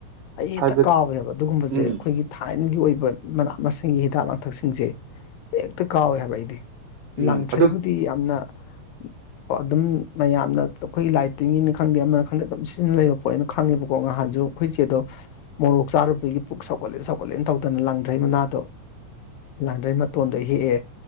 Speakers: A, on the left (about 80°); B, on the right (about 75°).
A: ꯑꯩ ꯍꯦꯛꯇ
B: ꯍꯥꯏꯕ
A: ꯀꯥꯎꯋꯦꯕ ꯑꯗꯨꯒꯨꯝꯕꯖꯦ
B: ꯎꯝ
A: ꯑꯩꯈꯣꯏꯒꯤ ꯊꯥꯏꯅꯒꯤ ꯑꯣꯏꯕ ꯃꯅꯥ ꯃꯁꯤꯡꯒꯤ ꯍꯤꯗꯥꯛ ꯂꯥꯡꯊꯛꯁꯤꯡꯁꯦ ꯍꯦꯛꯇ ꯀꯥꯎꯋꯦ ꯍꯥꯏꯕ ꯑꯩꯗꯤ
B: ꯎꯝ
A: ꯂꯥꯡꯊ꯭ꯔꯩꯕꯨꯗꯤ
B: ꯑꯗꯨ
A: ꯌꯥꯝꯅ ꯀꯣ ꯑꯗꯨꯝ ꯃꯌꯥꯝꯅ ꯑꯩꯈꯣꯏꯒꯤ ꯂꯥꯏꯇꯤꯡꯒꯤꯅꯤ ꯈꯪꯗꯦ ꯑꯃ ꯈꯪꯗꯦ ꯑꯗꯨꯝ ꯁꯤꯖꯤꯟꯅ ꯂꯩꯕ ꯄꯣꯠꯅꯦꯅ ꯈꯪꯉꯦꯕꯀꯣ ꯉꯍꯥꯟꯖꯨ ꯑꯩꯈꯣꯏꯆꯦꯗꯣ ꯃꯣꯔꯣꯛ ꯆꯥꯔꯨꯕꯒꯤ ꯄꯨꯛ ꯁꯧꯒꯠꯂꯦ ꯁꯧꯒꯠꯂꯦꯅ ꯇꯧꯗꯅ ꯂꯪꯗ꯭ꯔꯩ ꯃꯅꯥꯗꯣ ꯂꯥꯡꯗ꯭ꯔꯩ ꯃꯇꯣꯟꯗ ꯍꯦꯛꯑꯦ